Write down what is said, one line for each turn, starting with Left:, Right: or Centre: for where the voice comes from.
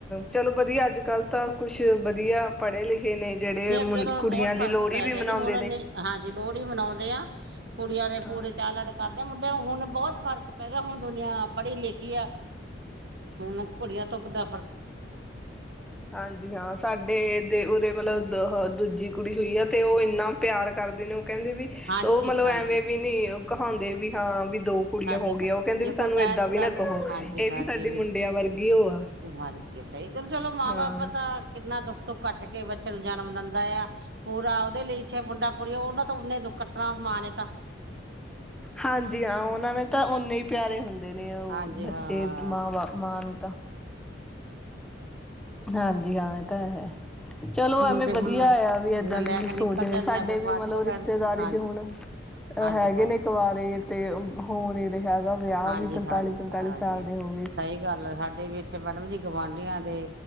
Centre: ਚਲੋ ਵਧੀਆ ਅੱਜ ਕੱਲ ਤਾਂ ਕੁਛ ਵਧੀਆ। ਪੜ੍ਹੇ ਲਿਖੇ ਨੇ ਜਿਹੜੇ
Right: ਨਹੀਂ
Centre: ਮੁੰ
Right: ਅੱਗੇ ਨਾਲੋਂ
Centre: ਕੁੜੀਆਂ
Right: ਬਹੁਤ
Centre: ਦੀ
Right: ਫ਼ਰਕ
Centre: ਲੋਹੜੀ
Right: ਪੈ
Centre: ਵੀ
Right: ਗਿਆ
Centre: ਮਨਾਉਂਦੇ
Right: ਜੀ ਹੁਣ
Centre: ਨੇ।
Right: ਹਾਂਜੀ ਲੋਹੜੀ ਮਨਾਉਂਦੇ ਆ। ਕੁੜੀਆਂ ਦੇ
Centre: ਹਾਂ।
Right: ਪੂਰੇ ਚਾਅ ਲੜ ਕਰਦੇ ਆਂ ਮੁੰਡਿਆਂ ਹੁਣ ਬਹੁਤ ਫ਼ਰਕ ਪੈ ਗਿਆ ਹੁਣ ਦੁਨੀਆਂ ਪੜ੍ਹੀ ਲਿਖੀ ਆ। ਹੁਣ ਕੁੜੀਆਂ ਤੋਂ ਕਿਤਾਬਾ
Centre: ਹਾਂਜੀ ਹਾਂ ਸਾਡੇ ਦੇ ਉਰੇ ਮਤਲਬ ਦੂਜੇ ਦੂਜੀ ਕੁੜੀ ਹੋਈ ਆ ਤੇ ਉਹ ਇੰਨਾ ਪਿਆਰ ਕਰਦੇ ਨੇ ਉਹ ਕਹਿੰਦੇ ਵੀ
Right: ਹਾਂਜੀ
Centre: ਉਹ ਮਤਲਬ
Right: ਹਾਂਜੀ
Centre: ਐਵੇਂ ਵੀ ਨੀ ਕਹਾਉਂਦੇ ਵੀ ਹਾਂ ਵੀ ਦੋ ਕੁੜੀਆਂ
Right: ਸਾਡੇ
Centre: ਹੋ ਗਈਆਂ
Right: ਘਰ
Centre: ਉਹ ਕਹਿੰਦੇ
Right: ਜੇ
Centre: ਵੀ ਸਾਨੂੰ
Right: ਕੋਈ ਕਹਿ
Centre: ਏਦਾਂ
Right: ਦਿੰਦਾ
Centre: ਵੀ ਨਾ
Right: ਸੀ
Centre: ਕਹੋ
Right: ਹਾਂਜੀ
Centre: ਇਹ ਵੀ
Right: ਹਾਂਜੀ
Centre: ਸਾਡੀ ਮੁੰਡਿਆਂ ਵਰਗੀ ਉਹ ਆ।
Right: ਤੂੰ ਮਰ ਕੇ ਸਹੀ ਚਲੋ ਮਾਂ
Centre: ਹਾਂ
Right: ਬਾਪ ਤਾਂ ਕਿੰਨਾ ਦੁੱਖ ਸੁੱਖ ਕੱਟ ਕੇ ਬੱਚੇ ਨੂੰ ਜਨਮ ਦਿੰਦਾ ਆ। ਪੂਰਾ ਉਹਦੇ ਲਈ ਚਾਹੇ ਮੁੰਡਾ ਕੁੜੀ ਉਹੂੰ ਤਾਂ ਉਹਨੇ ਦੁਖ ਕੱਣਾ ਮਾਂ ਨੇ ਤਾਂ।
Centre: ਹਾਂਜੀ ਹਾਂ ਉਹਨਾਂ ਨੇ ਤਾਂ ਓਨੇ ਹੀ ਪਿਆਰੇ ਹੁੰਦੇ ਨੇ ਉਹ
Right: ਹਾਂਜੀ
Centre: ਬੱਚੇ
Right: ਹਾਂ
Centre: ਮਾਂ ਬਾ ਮਾਂ ਨੂੰ ਤਾਂ।
Right: <inaudible>
Centre: ਹਾਂਜੀ ਹਾਂ ਇਹ ਤਾਂ ਹੈ। ਚਲੋ ਐਵੇਂ
Right: ਮੁੰਡੇ
Centre: ਵਧੀਆ
Right: ਹੁਣ
Centre: ਆ ਵੀ ਏਦਾਂ ਦੀ
Right: ਲੈ ਕੇ ਨਿਕਲ
Centre: ਸੋਚਣੀ
Right: ਜਾਂਦੇ
Centre: ਸਾਡੇ
Right: ਆ ਫਿਰ
Centre: ਵੀ
Right: ਬਾਅਦ
Centre: ਮਤਲਬ
Right: ਚੋਂ ਕਹਿ
Centre: ਰਿਸ਼ਤੇਦਾਰੀ
Right: ਹਾਂਜੀ
Centre: ਚ ਹੁਣ ਅ
Right: ਹਾਂਜੀ
Centre: ਹੈਗੇ
Right: ਹਾਂਜੀ
Centre: ਨੇ ਕਵਾਰੇ ਤੇ ਹੁਣ ਹੈਗਾ ਵਿਆਹ
Right: ਹਾਂਜੀ
Centre: ਵੀ ਪੰਤਾਲੀ,
Right: ਹਾਂਜੀ
Centre: ਪੰਤਾਲੀ
Right: ਹਾਂਜੀ
Centre: ਸਾਲ ਦੇ ਹੋ ਗਏ।
Right: ਸਹੀ ਗੱਲ ਆ ਸਾਡੇ ਵੀ ਇੱਥੇ ਮੈਡਮ ਜੀ ਗੁਵਾਂਢੀਆਂ ਦੇ